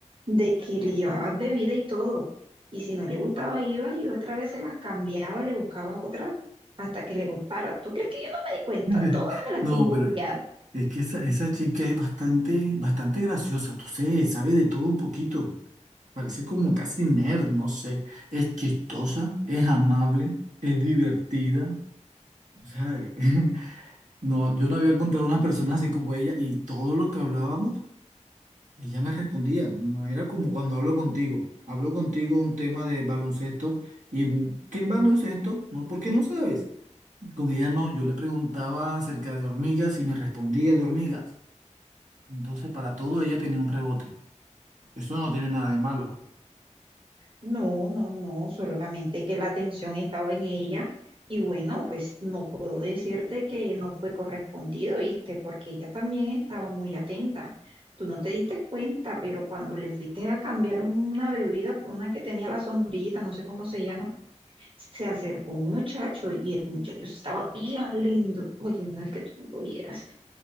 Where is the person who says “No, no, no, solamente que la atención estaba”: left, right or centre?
Right